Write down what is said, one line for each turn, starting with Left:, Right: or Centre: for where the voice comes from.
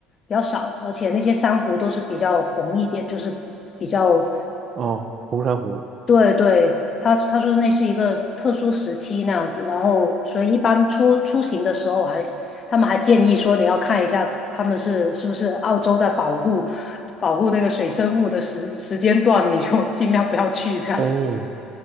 Left: 比较少，而且那些珊瑚都是比较红一点，就是比较
Right: 哦，红珊瑚
Left: 对对，他他说那是一个特殊时期那样子，然后所以一般出出行的时候还他们还建议说你要看一下他们是是不是澳洲在保护保护那个水生物的时时间段，你就尽量不要去这样。
Right: 哦，